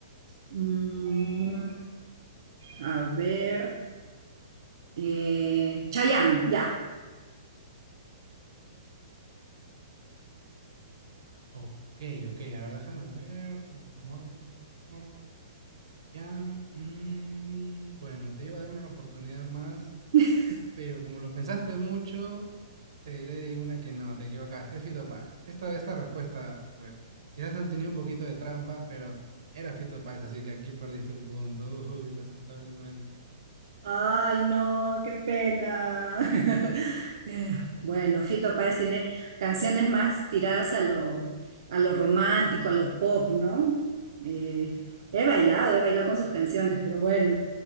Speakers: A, on the right (about 60°); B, on the right (about 85°).
A: Mm, a ver, eh, Chayanne, ya.
B: Ok, ok, a ver, déjame ver. El amor después del amor. Chayanne, mm, bueno, te iba a dar una oportunidad más,
A: <laughs>
B: pero como lo pensaste mucho, te diré una que no, te equivocaste, es Fito Páez. Esta, esta respuesta, pues, quizás tenía un poquito de trampa, pero era Fito Páez, así que aquí perdiste un punto, <laughs> uy, lamentablemente.
A: Ay, no, qué pena. <laughs> Eh, Bueno, Fito Páez tiene canciones más tiradas a lo, a lo romántico, a lo pop, ¿no? Eh, he bailado, he bailado con sus canciones, pero bueno,